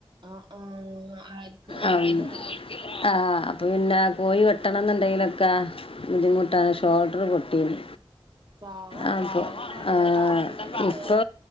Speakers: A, on the right (about 50°); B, on the left (about 70°).
A: ആഹ് ആഹ് ആർക്ക് ഓൽക്ക്ല്ലേ
B: ആഹ്, ആഹ്, അപ്പൊ പിന്നെ പോയി വെട്ടണന്ന്ണ്ടെങ്കിലൊക്കെ ബുദ്ധിമുട്ടാണ്
A: ഉം
B: ഷോൾഡറ് പൊട്ടീന്
A: പാവാണ്
B: അതെ
A: എന്നിട്ട് ഇപ്പോ എന്താ
B: ആഹ്
A: കാട്ട ഇതിനൊക്കെ
B: ഇപ്പോ